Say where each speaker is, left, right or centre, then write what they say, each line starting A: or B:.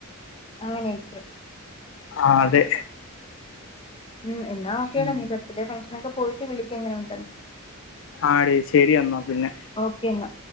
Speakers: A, on the left; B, on the left.
A: അങ്ങനെകെ.
B: ആഹ് അതെ.
A: ഉം എന്നാ ഓക്കേടാ
B: ഉം
A: നീ ബർത്ത്ഡേ ഫംഗ്ഷന് ഒക്കെ പോയിട്ട് വിളിക്ക് എങ്ങനെ ഉണ്ടെന്ന്.
B: ആടേ ശെരി എന്നാ പിന്നെ.
A: ഓക്കെ ന്നാ.